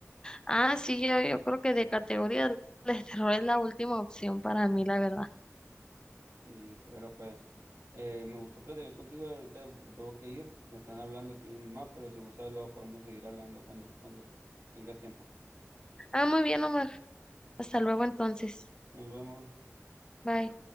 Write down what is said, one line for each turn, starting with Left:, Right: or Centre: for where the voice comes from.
Left: Ah, sí, yo, yo creo que de categoría el terror es la última opción para mí, la verdad.
Right: Sí, pero pues eh, me gustó platicar contigo, ahorita me tengo que ir, me están hablando aquí mi mamá, pero si gusta luego podemos seguir hablando cuando, cuando tengas tiempo.
Left: Ah, muy bien, Omar. Hasta luego entonces.
Right: Nos vemos.
Left: Bye.